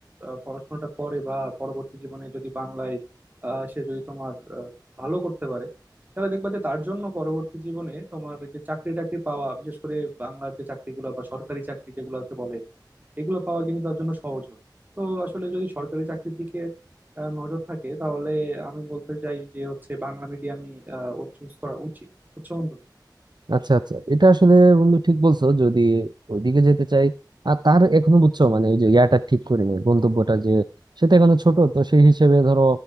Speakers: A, on the right; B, on the right.
A: আহ, পড়াশোনাটা করে বা পরবর্তী জীবনে যদি বাংলায় আহ, সে যদি তোমার আহ, ভালো করতে পারে তাহলে দেখবা যে তার জন্য পরবর্তী জীবনে তোমার যে চাকরি টাকরি পাওয়া বিশেষ করে বাংলার যে চাকরিগুলো বা সরকারি চাকরি যেগুলোকে বলে এগুলো পাওয়া কিন্তু তার জন্য সহজ হবে তো আসলে যদি সরকারি চাকরির দিকে আহ, নজর থাকে তাহলে আমি বলতে চাই যে হচ্ছে বাংলা মিডিয়ামই ওর চুজ করা উচিত বুঝছো বন্ধু
B: আচ্ছা আচ্ছা এটা আসলে বন্ধু ঠিক বলছো যদি ওইদিকে যেতে চাই আর তার এখনো বুঝছো মানে ওই যে ইয়াটা ঠিক করি নাই গন্তব্যটা যে সেটা এখনো ছোট তো সেই হিসেবে ধরো